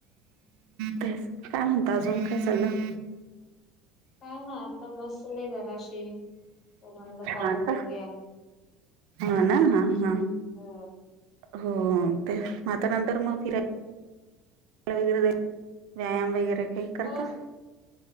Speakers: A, on the right; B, on the left.
A: तेच काय म्हणता अजून, काय चालं?
B: काय ना आता बसले जराशी, तर म्हणल कॉल
A: हा का
B: करूया.
A: हा ना हा हा.
B: हो
A: हो ते मात्र नंतर मग फिराय वगैरे व्यायाम वगैरे काही करता?
B: हो